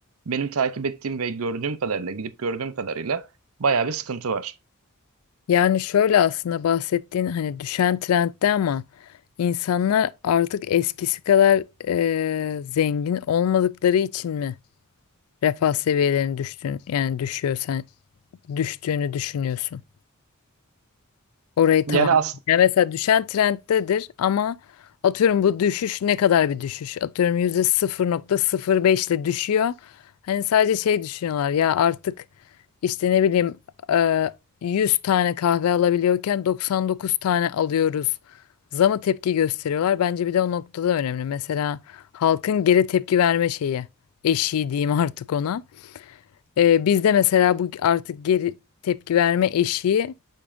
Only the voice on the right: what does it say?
Benim takip ettiğim ve gördüğüm kadarıyla, gidip gördüğüm kadarıyla bayağı bir sıkıntı var.
Yani
as